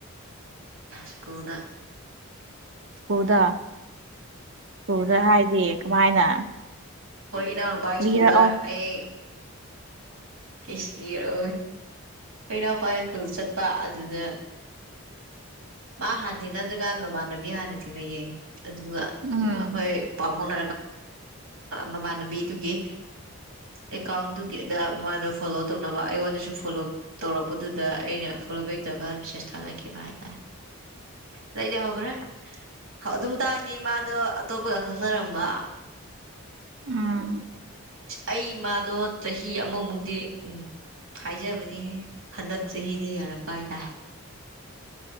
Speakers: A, on the right (about 75°); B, on the right (about 60°).
A: ꯁ꯭ꯀꯨꯜꯗ
B: ꯈꯨꯀꯨꯗ ꯈꯨꯀꯨꯗ ꯍꯥꯏꯗꯤ ꯀꯃꯥꯏꯅ
A: ꯍꯣꯏꯅꯥ ꯍꯅ ꯄ
B: ꯂꯤꯔꯛꯑꯣ
A: ꯁꯀꯨꯜꯗ ꯑꯦ
B: <unintelligible>
A: ꯍꯁ ꯐꯅꯣ ꯄꯥꯏ ꯆꯠꯄ ꯑꯗꯨꯗ ꯃꯥ ꯍꯥꯟꯅ ꯊꯦꯡꯅꯗ꯭ꯔꯒ ꯃꯃꯥꯟꯅꯕꯤ ꯍꯥꯟꯅ ꯊꯤꯅꯩꯌꯦ ꯑꯗꯨꯒ
B: ꯎꯝ
A: ꯑꯩꯈꯣꯏ ꯄꯥꯄꯅ ꯃꯃꯥꯟꯅꯕꯤꯗꯨꯒꯤ ꯑꯦꯀꯥꯎꯟꯗꯨꯒꯤ ꯗ ꯃꯥꯅ ꯐꯣꯂꯣ ꯇꯧꯅꯕ ꯑꯩꯉꯣꯟꯗꯁꯨ ꯐꯣꯂꯣ ꯇꯧꯔꯛꯄꯗꯨꯗ ꯑꯩꯅ ꯐꯣꯂꯣ ꯕꯦꯛ ꯇꯧꯔꯀꯥꯟꯗ ꯃꯦꯁꯦꯁ ꯊꯥ ꯂꯩ ꯄ ꯍꯥꯏ ꯇꯗꯤ ꯍꯒ꯭ꯔꯦ ꯑꯗꯨ ꯃꯇꯥꯡꯅꯤ ꯃꯥꯗꯣ ꯑꯇꯣꯞꯄꯒ ꯈꯪꯅꯔꯝꯕ
B: ꯎꯝ
A: ꯑꯩ ꯏꯃꯗꯣ ꯆꯍꯤ ꯑꯃꯃꯨꯛꯗꯤ ꯎꯝ ꯍꯥꯏꯖꯕꯅꯤꯍꯦ ꯍꯟꯗꯛ ꯆꯍꯤꯅ ꯌꯥꯔꯛꯄ ꯍꯥꯏꯇꯥꯔꯦ